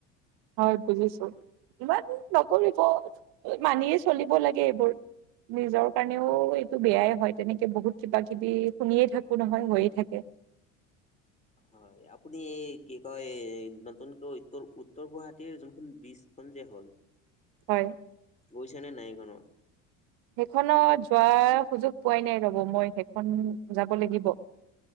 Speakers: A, on the right; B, on the left.
A: হয় বুজিছো, ইমান নকৰিব মানিয়ে চলিব লাগে এইবোৰ। নিজৰ কাৰণেও এইটো বেয়াই হয়,। তেনেকে বহুত কিবা কিবি শুনিয়ে থাকো নহয় হৈয়ে থাকে।
B: হয় আপুনি এই কি কয় নতুনকৈ উত্তৰ- উত্তৰ গুৱাহাটীৰ যিখন ব্ৰীজ, খন যে হ'ল
A: হয়।
B: গৈছ নে নাই এই খনত?
A: সেইখনত যোৱাৰ সুযোগ পোৱাই নাই ৰব, মই সেইখন যাব লাগিব।